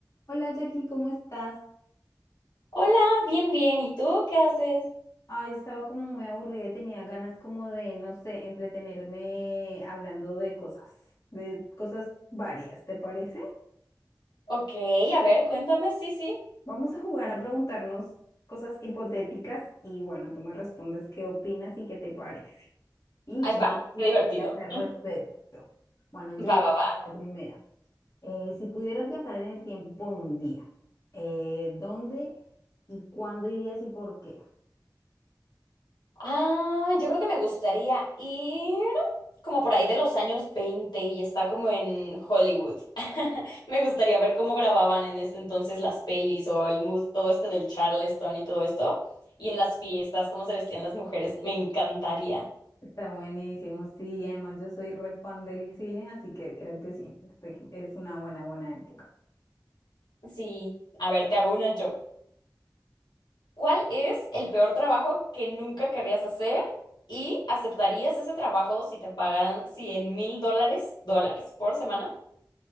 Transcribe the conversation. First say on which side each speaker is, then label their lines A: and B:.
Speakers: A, on the left; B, on the left.
A: Hola Jackie, ¿cómo estás?
B: Hola, bien, bien. ¿Y tú qué haces?
A: Ay, estaba como muy aburrida y tenía ganas como de, no sé, entretenerme hablando de cosas, de cosas varias, ¿te parece?
B: Ok, a ver, cuéntame. Sí, sí.
A: Vamos a jugar a preguntarnos cosas hipotéticas y bueno, tú me respondes qué opinas y qué te parece. Y
B: Ahí
A: qué
B: va,
A: harías, y
B: qué
A: qué
B: divertido.
A: harías al respecto. Bueno, yo
B: Va,
A: voy
B: va, va.
A: con la primera. Eh, si pudieras viajar en el tiempo por un día, eh, ¿dónde y cuándo irías y por qué?
B: Ah, yo creo que me gustaría ir como por ahí de los años 20 y estar como en Hollywood. <laughs> Me gustaría ver cómo grababan en ese entonces las pelis o el mood, todo este del Charleston y todo esto. Y en las fiestas, cómo se vestían las mujeres. Me encantaría.
A: Está buenísimo, sí, además yo soy re fan del cine, así que creo que sí, este, es una buena, buena época.
B: Sí, a ver, te hago una yo. ¿Cuál es el peor trabajo que nunca querrías hacer y aceptarías ese trabajo si te pagaran 100 mil dólares, dólares por semana?